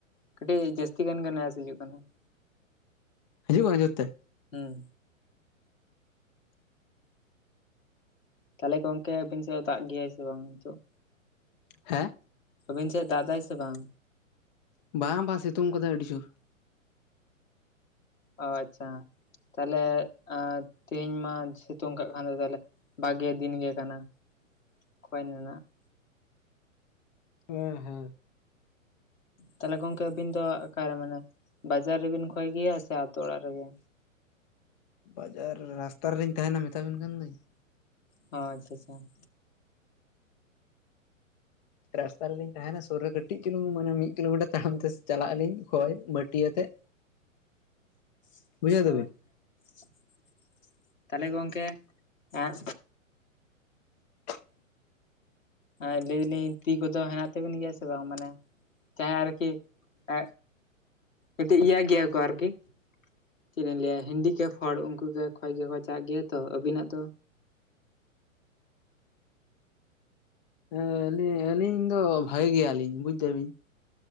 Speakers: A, on the left; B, on the left.
A: ᱠᱟᱹᱴᱤᱡ ᱡᱟᱹᱥᱛᱤ ᱜᱟᱱ ᱜᱟᱱ ᱜᱮ ᱱᱚᱭᱮᱥ ᱦᱤᱡᱩᱜ ᱠᱟᱱᱟ ᱾
B: ᱦᱤᱡᱩᱜ ᱠᱟᱱᱟ ᱡᱳᱨ ᱛᱮ?
A: ᱦᱩᱸ ᱾ ᱛᱟᱦᱞᱮ ᱜᱚᱝᱠᱮ ᱟᱵᱤᱱ ᱥᱮᱜ ᱫᱟᱜ ᱜᱮᱭᱟᱭ ᱥᱮ ᱵᱟᱝ ᱱᱤᱛᱚᱜ?
B: ᱦᱮᱸ ᱾
A: ᱟᱹᱵᱤᱱ ᱥᱮᱫ ᱫᱟᱜ ᱫᱟᱭ ᱥᱮ ᱵᱟᱝ?
B: ᱵᱟᱝ ᱵᱟᱝ ᱥᱤᱛᱩᱝ ᱠᱟᱫᱟᱭ ᱟᱹᱰᱤ ᱡᱳᱨ ᱾
A: ᱚ ᱟᱪᱪᱷᱟ ᱛᱟᱦᱞᱮ ᱛᱮᱦᱤᱧ ᱢᱟ ᱥᱤᱛᱩᱝ ᱠᱟᱜ ᱠᱷᱟᱱ ᱫᱚ ᱛᱟᱦᱞᱮ ᱵᱷᱟᱜᱮ ᱫᱤᱱᱜᱮ ᱠᱟᱱᱟ ᱠᱷᱚᱭ ᱨᱮᱱᱟᱜ ᱾
B: <unintelligible>
A: ᱛᱟᱦᱚᱞᱮ ᱜᱚᱝᱠᱮ ᱟᱵᱤᱱ ᱫᱚ ᱚᱠᱟᱨᱮ ᱢᱟᱱᱮ ᱵᱟᱡᱟᱨ ᱨᱮᱵᱤᱱ ᱠᱷᱚᱭ ᱜᱮᱭᱟ ᱥᱮ ᱟᱛᱳ ᱚᱲᱟᱜ ᱨᱮᱜᱮ?
B: ᱵᱟᱡᱟᱨ ᱨᱟᱥᱛᱟᱨ ᱨᱮᱞᱤᱧ ᱛᱟᱦᱮᱱᱟ ᱢᱮᱛᱟᱵᱤᱱ ᱠᱟᱱ ᱫᱚᱹᱧ ᱾
A: ᱚ ᱟᱪᱪᱷᱟ ᱟᱪᱪᱷᱟ ᱾
B: ᱨᱟᱥᱛᱟ ᱨᱮᱞᱤᱧ ᱛᱟᱦᱮᱱᱟ ᱥᱩᱨ ᱨᱮ ᱠᱟᱹᱴᱤᱡ ᱠᱟᱴᱤᱡ ᱪᱩᱞᱩᱝ ᱢᱟᱱᱮ ᱢᱤᱫ ᱠᱤᱞᱳᱢᱤᱴᱟᱨ ᱛᱟᱲᱟᱢ ᱛᱮ ᱪᱟᱞᱟᱜ ᱟᱹᱞᱤᱧ ᱠᱷᱭ ᱵᱟᱹᱴᱤ ᱟᱛᱮᱫ᱾
A: <unintelligible>
B: ᱵᱩᱡᱷᱟᱹᱣ ᱫᱟᱵᱤᱱ
A: ᱛᱟᱦᱚᱞᱮ ᱜᱚᱝᱠᱮ ᱮᱸ
B: <unintelligible>
A: ᱞᱟᱹᱭ ᱫᱟᱞᱤᱧ ᱛᱤ ᱠᱚᱫᱚ ᱦᱮᱱᱟᱜ ᱛᱟᱵᱮᱱ ᱜᱮᱭᱟ ᱥᱮ ᱵᱟᱝ ᱢᱟᱱᱮ ᱪᱟᱦᱮ ᱟᱨᱠᱤ ᱮ ᱠᱟᱹᱴᱤᱡ ᱤᱭᱟᱹ ᱜᱮᱭᱟ ᱠᱚ ᱟᱨᱠᱤ, ᱪᱮᱫ ᱞᱤᱧ ᱞᱟᱹᱭᱟ ᱦᱮᱱᱰᱤᱠᱮᱯ ᱦᱚᱲ ᱩᱱᱠᱩ ᱜᱮ ᱠᱷᱚᱭ ᱜᱮᱠᱚ ᱪᱟᱜ ᱜᱮᱭᱟ ᱛᱚ ᱟᱵᱤᱱᱟᱜ ᱫᱚ
B: ᱦᱮᱸ ᱟᱹᱞᱤᱧ ᱫᱚ ᱵᱷᱟᱜᱮ ᱜᱮᱭᱟᱞᱤᱧ ᱵᱩᱡ ᱮᱫᱟᱵᱤᱱ ᱾